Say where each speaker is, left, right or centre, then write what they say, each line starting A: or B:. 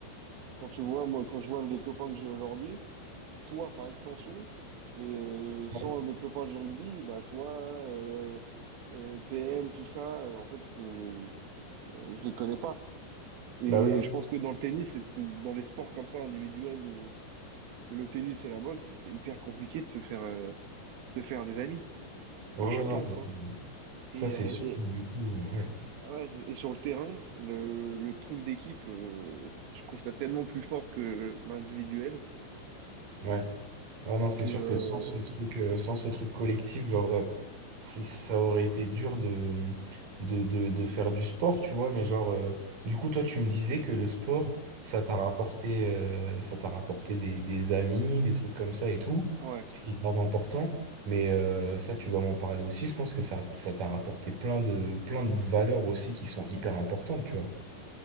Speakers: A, on the right (about 65°); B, on the right (about 45°).
A: quand tu vois, moi, quand je vois les copains que j'ai aujourd'hui, toi, par extension, mais euh,
B: ouais.
A: sans mes copains du rugby, bah, toi, euh, euh, PM, tout ça, euh, en fait, je, je, je les connais pas. Et
B: Bah oui,
A: je pense
B: oui,
A: que dans le tennis, c'est, c'est- dans les sports comme ça, individuels, où le tennis et la boxe, c'est c'est hyper compliqué de se faire, euh, de se faire des amis.
B: Ouais,
A: Enfin,
B: ouais,
A: je pense,
B: non, ça c'est
A: hein. Et,
B: ça, c'est
A: euh,
B: sûr
A: et,
B: que du coup, ouais,
A: ouais, c'est- et sur le terrain, le, le truc d'équipe, euh, je trouve ça tellement plus fort que l'individuel
B: ouais. Ouais, non, c'est
A: que
B: sûr
A: euh,
B: que sans ce truc, euh, sans ce truc collectif, genre, euh, c'est, ça aurait été dur de, de, de, de faire du sport, tu vois, mais genre, euh, du coup, toi, tu me disais que le sport, ça t'a rapporté, euh, ça t'a rapporté des, des amis, des trucs comme ça et tout,
A: ouais.
B: ce qui est grave important, mais euh, ça, tu vas m'en parler aussi, je pense que ça, ça t'a rapporté plein de, plein de valeurs aussi qui sont hyper importantes, tu vois.